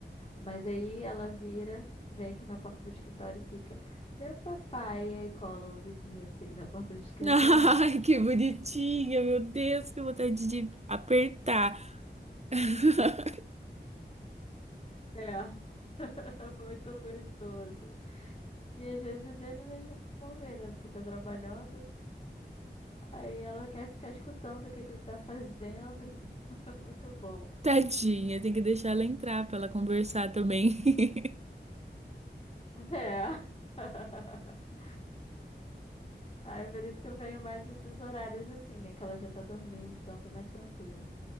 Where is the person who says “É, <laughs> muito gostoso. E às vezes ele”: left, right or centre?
Left